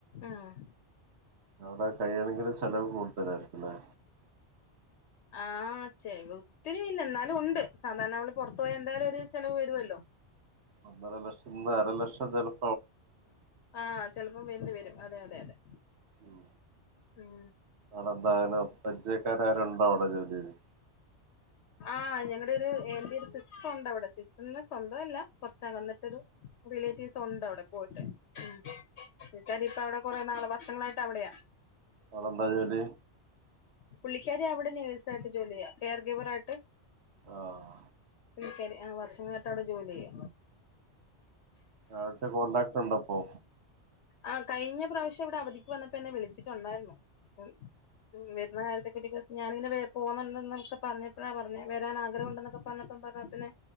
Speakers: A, on the left; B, on the right.
A: ഉം
B: അവിടെ കഴിയണെങ്കിൽ ചെലവ് കൂടുതലായിരിക്കുല്ലേ
A: ആഹച്ചെ ഒത്തിരി ഇല്ല എന്നാലും ഉണ്ട് സാധാരണ നമ്മൾ പുറത്തു പോയാ എന്തായാലും ഒരു ചെലവ് വരൊല്ലോ
B: ഒന്നര ലക്ഷന് അര ലക്ഷം തരും
A: ആഹ് ചെലപ്പോം വേണ്ടി വരും അതെ അതെ അതെ
B: ഉം
A: ഉം
B: അവിടെ എന്തായാലു പരിചയക്കാരാരോണ്ടൊ അവിടെ ജോലിയില്
A: ആഹ് ഞങ്ങടെ ഒരു എന്റെറെ ഒരു സിസ്റ്ററുണ്ട് അവിടെ സിസ്റ്ററിന്റെ സ്വന്തം അല്ല കൊറച്ചകന്നിട്ടരു റിലേറ്റീവ്സ് ഉണ്ട് അവടെ പോയിട്ട് <unintelligible> കൊറേ നാള് വഷങ്ങളായിട്ട് അവിടെയ
B: ഔടെന്താ ജോലി
A: പുള്ളിക്കാരി അവിടെ നേഴ്സായിട്ട് ജോലി ചെയ്യാം കെയർ കീ ബറായിട്ട്
B: ആഹ്
A: ശെരി ആ വർഷങ്ങളായിട്ട് അവിടെ ജോലി ചെയ്യ
B: <unintelligible> കോണ്ടാക്ട് ഇണ്ടപ്പോ
A: ആ കഴിഞ്ഞ പ്രാവശ്യം ഇവിടെ അവധിക്ക് വന്നപ്പോ എന്നെ വിളിച്ചിട്ടുണ്ടായിരുന്നു ഉം ഉം വരുന്ന കാലത്തെ കുട്ടിക്ക ഞാനിങ്ങനെ പോന്നണ്ട എന്നൊക്ക പറഞ്ഞപ്പോഴാ പറഞ്ഞ വരാൻ ആഗ്രഹം ഉണ്ടെന്നൊക്കെ പറഞ്ഞപ്പ പറഞ്ഞ പിന്നെ